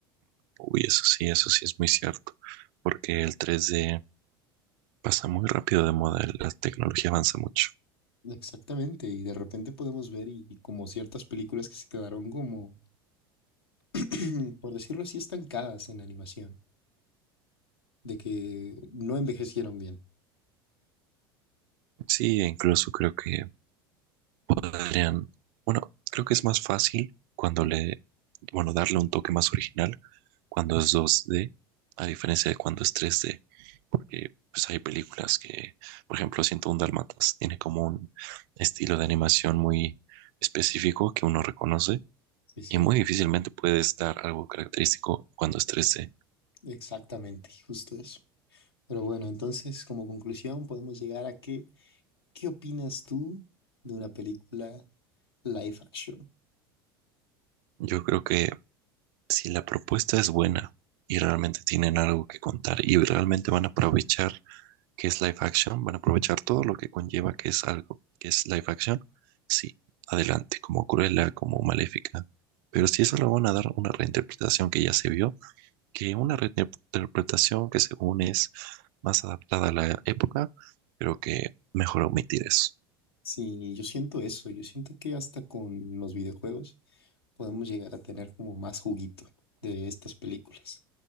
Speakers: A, on the right; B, on the left.
A: Uy, eso sí, eso sí es muy cierto, porque el 3D pasa muy rápido de moda, la tecnología avanza mucho.
B: Exactamente, y de repente podemos ver y, y como ciertas películas que se quedaron como, <clears throat> por decirlo así, estancadas en animación, de que no envejecieron bien.
A: Sí, e incluso creo que podrían, bueno, creo que es más fácil cuando le, bueno, darle un toque más original cuando es dos d a diferencia de cuando es tres d porque pues hay películas que, por ejemplo, 101 Dálmatas tiene como un estilo de animación muy específico que uno reconoce
B: Sí, es cierto.
A: y muy difícilmente puedes dar algo característico cuando es tres d
B: Exactamente, justo eso. Pero bueno, entonces como conclusión podemos llegar a que, ¿qué opinas tú de una película live action?
A: Yo creo que si la propuesta es buena y realmente tienen algo que contar y realmente van a aprovechar que es live action, van a aprovechar todo lo que conlleva que es algo que es live action. Sí, adelante, como Cruella, como Maléfica. Pero si eso lo van a dar una reinterpretación que ya se vio, que una reinterpretación que según es más adaptada a la época, pero que mejor omitir eso.
B: Sí, yo siento eso, yo siento que hasta con los videojuegos podemos llegar a tener como más juguito de estas películas.